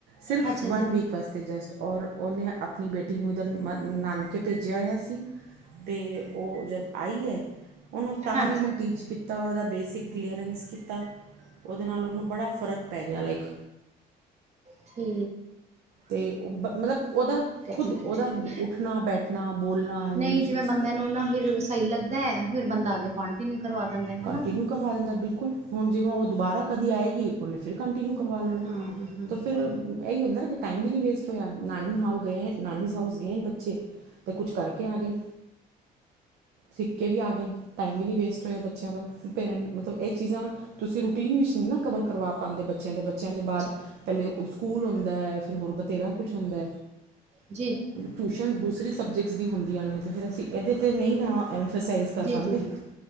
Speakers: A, on the right; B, on the right.
A: ਸਿਰਫ
B: ਅੱਛਾ ਜੀ
A: ਵਨ ਵੀਕ ਵਾਸਤੇ ਜਸਟ ਔਰ, ਓਨੇ ਆਪਣੀ ਬੇਟੀ ਨੂੰ ਉਧਰ ਮਧ ਨਾਨਕੇ, ਭੈਜਿਆ ਹੋਇਆ ਸੀ, ਤੇ ਓ ਜਦ ਆਈ ਹੈ ਉਹਨੂੰ ਤਾਂ
B: ਹਾਂ
A: ਵੀ ਮੈਂ ਟੀਚ ਕੀਤਾ, ਔਰ ਉਹਦਾ ਬੇਸਿਕ ਕਲੀਅਰੈਂਸ ਕੀਤਾ। ਉਹਦੇ ਨਾਲ ਉਹਨੂੰ ਬੜਾ ਫਰਕ ਪੈ ਗਿਆ ਲਾਈਕ
B: ਠੀ
A: ਤੇ ਉਹ ਮਤਲਬ, ਉਹਦਾ ਖੁਦ
B: ਠੀਕ
A: ਉਹਦਾ
B: ਹੈ ਠੀਕ ਹੈ
A: ਉੱਠਣਾ, ਬੈਠਣਾ, ਬੋਲਣਾ ਇੰਗਲਿਸ਼
B: ਨਹੀਂ ਜਿਵੇਂ
A: ਵਿੱਚ
B: ਬੰਦਿਆਂ ਨੂੰ ਨਾ, ਫਿਰ ਸਈ ਲੱਗਦਾ ਐ, ਫਿਰ ਬੰਦਾ ਅੱਗੇ ਕੋਂਟੀਨਿਊ ਕਰਵਾ। ਦਿੰਦਾ ਹੈ
A: ਕੰਟੀਨਿਊ
B: ਹਨਾ।
A: ਕਰਵਾ ਦਿੰਦਾ, ਬਿਲਕੁਲ, ਹੁਣ ਜਿਵੇਂ ਉਹ ਦੁਬਾਰਾ ਕਦੀ ਆਏਗੀ ਉਹਨੇ ਫਿਰ, ਕੰਟੀਨਿਊ ਕਰਵਾ ਲੈਣਾ,
B: ਹੂੰ ਹੂੰ ਹੂੰ
A: ਤੇ ਫਿਰ
B: ਹੂੰ ਹੂੰ,
A: ਇਹੀ ਹੁੰਦਾ ਨਾ ਕਿ ਟਾਈਮ ਵੀ ਨੀ ਵੇਸਟ ਹੋਇਆ ਨਾਨੀ ਹਾਊਸ, ਗਏ ਨੇ ਬੱਚੇ ਤੇ ਕੁਛ ਕਰਕੇ ਆ ਗਏ। ਸਿੱਖ ਕੇ ਵੀ ਆ ਗਏ, ਟਾਈਮ ਵੀ ਨੀ ਵੇਸਟ ਹੋਇਆ ਬੱ ਬੱਚਿਆਂ ਦਾ ਪੇਰੈਂਟ, ਮਤਲਬ ਇਹ ਚੀਜ਼ਾਂ ਤੁਸੀਂ ਰੂਟੀਨ ਵਿੱਚ ਨੀ ਨਾ, ਕਵਰ ਕਰਵਾ ਪਾਦੇ ਬੱਚਿਆਂ ਦੇ ਬੱਚ ਬੱਚਿਆਂ ਦੇ ਬਾਰ,
B: ਜੀ
A: ਪਿਹਲੇ ਉਹ ਸਕੂਲ ਹੁੰਦਾ, ਫਿਰ ਹੋਰ ਬਥੇਰਾ ਕੁਛ ਹੁੰਦਾ
B: ਜੀ
A: ਟਿਊਸ਼ਨ ਦੂਸਰੀ, ਸਬਜੈਕਟਸ ਦੀ ਹੁੰਦੀਆਂ ਨੇ, ਅਤੇ ਫਿਰ ਅਸੀਂ ਇਹਦੇ 'ਤੇ ਨਈ ਨਾ ਐਂਸਸਾਈਜ਼ ਕਰ
B: ਜੀ
A: ਪਾਂਦੇ
B: ਜੀ ਜੀ ਜੀ